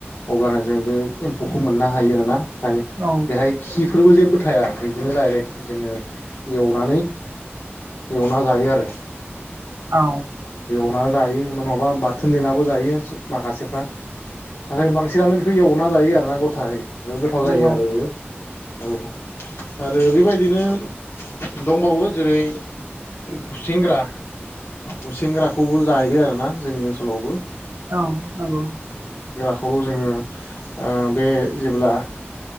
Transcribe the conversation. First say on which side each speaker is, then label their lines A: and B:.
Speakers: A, on the left; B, on the right.
A: अब्लानो जों बे एम्फौखौ मोननो हायो आरोना ओमफ्राय
B: औ
A: बेहाय खिफोरबो जेबो थाया बिदिनो दडाइरेक्ट जोङो एवनानै एवना जायो आरो।
B: औ
A: एवना जायो नङाबा बाथोन देनाबो जायो माखासेफोरा नाथाय
B: उम
A: बेखौ एवना जायो आरो ना गथाहै गोथाव जायो
B: नंगौ
A: आरो इयो औ आरो बेबायदि बिदिनो दंबावो जेरै गु सेंग्रा गुसेेंग्राखौबो जायो आरोना जोंनि ओनसोलावबो
B: औ नंगौ।
A: खौ जोङो ओ बे जेब्ला